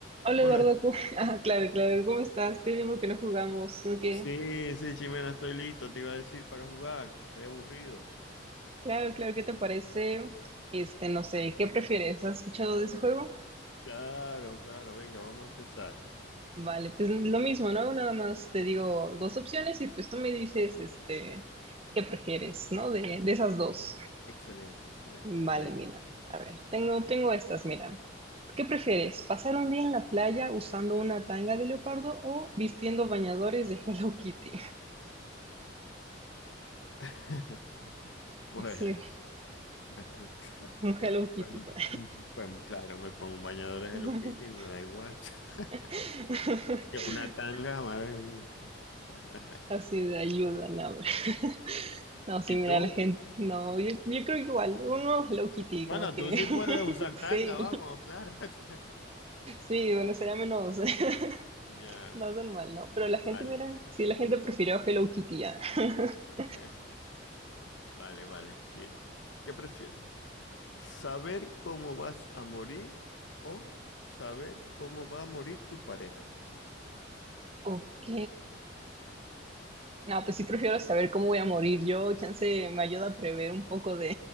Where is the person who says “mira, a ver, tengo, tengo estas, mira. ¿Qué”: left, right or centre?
Right